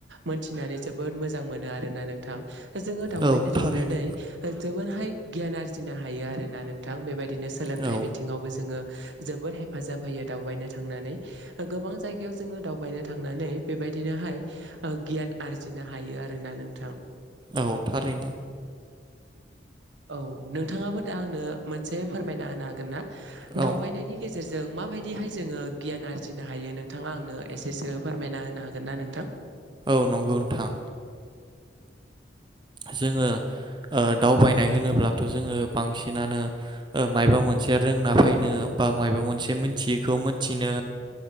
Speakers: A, on the right (about 70°); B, on the right (about 25°).
A: मोनथिनानै जोबोद मोजां मोनो आरोना नोंथां जोङो दावबायनो
B: औ
A: थांनानै
B: थारैनो
A: जोबदहाय गियान आरजि जिनो हायो आरो ना नोंथां बेबायदि बिदिनो सोलोंथाइ
B: औ
A: बिथिङावबो जोङो जोबोद हेफाजाब होयो दावबायनो थांनानै गोबां जायगायाव जोङो दावबायनो थांनानै बेबायदिनोहाय गियान आरजिनो हायो आरोना नोंथां
B: औ थारैनो
A: औ नोंथाङाबो दा आंनो मोनसे फोरमायना होनो हागोन ना
B: औ
A: दावबायनायनि गेजेरजों माबायदिहाय जोङो गियान आरजिनो हायो नोंथाङा आंनो एसेसो फोरमायना होनो हागोन ना नोंथां?
B: औ नंगौ नोंथां जोङो ओ दावबायनाय होनोब्लाथ जोङो बांसिनानो माबा मोनसे रोंना फैनो बा माबा मोनसे मोनथियैखौ मोनथिनो